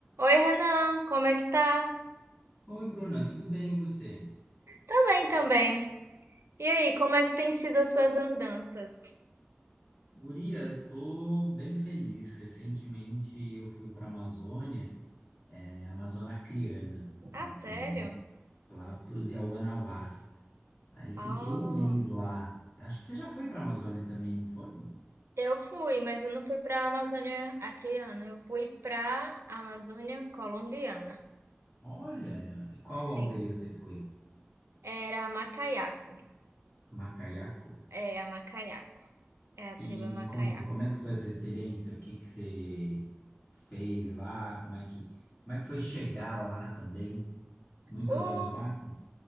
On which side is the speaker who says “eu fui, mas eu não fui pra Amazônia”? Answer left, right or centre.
Right